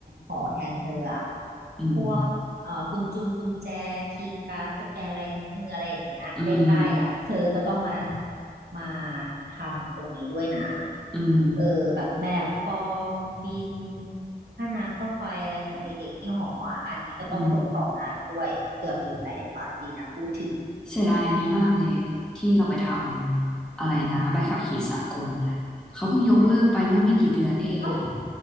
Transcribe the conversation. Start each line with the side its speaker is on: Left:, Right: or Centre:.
Right: หอแทนเธออะ
Centre: อืม
Right: พวกเอ่อกุญจุงกุญแจคีย์การ์ดสแกนลายนิ้วมืออะไรอย่างเงี้ยใกล้ๆอ่ะเธอก็ต้องมา
Centre: อืม
Right: มาทำตรงนี้ด้วยนะ
Centre: อืม
Right: เออแบบแบบฟอร์มบินค่าน้ำค่าไฟอะไรของเด็กๆที่หออ่ะอันนี้ก็ต้องส่งต่องานด้วยเกือบลืมแล้วเห็นปะดีนะพูดถึง
Centre: อืม เสียดายอันนี้มากเลยที่เราไปทำอะไรนะใบขับขี่สากลนะเขาเพิ่งยกเลิกไปเมื่อไม่กี่เดือนนี่เองอ่ะ
Right: เอ้า